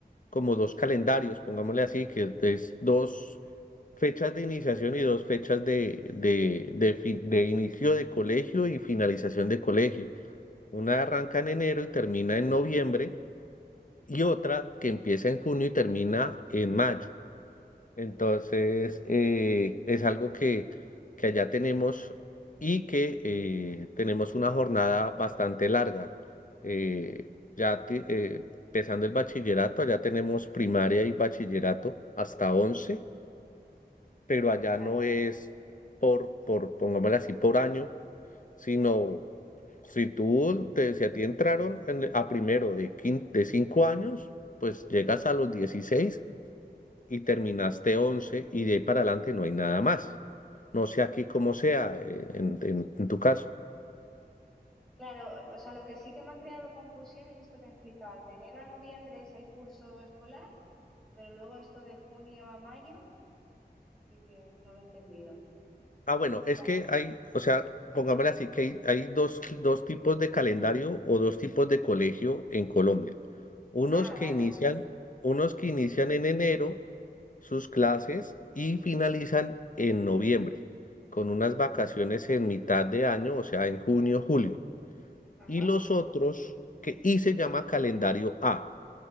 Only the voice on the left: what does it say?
como dos calendarios, pongámosle así, que es dos fechas de iniciación y dos fechas de, de, de, fin- de inicio de colegio y finalización de colegio. Una arranca en enero y termina en noviembre y otra que empieza en junio y termina en mayo. Entonces, eh, es algo que, que allá tenemos y que eh, tenemos una jornada bastante larga. Eh, ya te- eh, empezando el bachillerato, allá tenemos primaria y bachillerato hasta once pero allá
no es por, por, pongámosle así, por año, sino si tú, te, si a ti entraron en- a primero de, quin- de cinco años, pues llegas a los 16 y terminaste 11 y de ahí para adelante no hay nada más. No sé aquí cómo sea eh, en, en en tu caso.
Ah, bueno,
es que hay, o sea, pongámoslo así, que hay, hay dos, dos tipos de calendario o dos tipos de colegio en Colombia. Unos
que
inician, unos que inician en enero sus clases y finalizan en noviembre, con unas vacaciones en mitad de año, o sea, en junio, julio.
Y los otros, que, y se llama calendario A.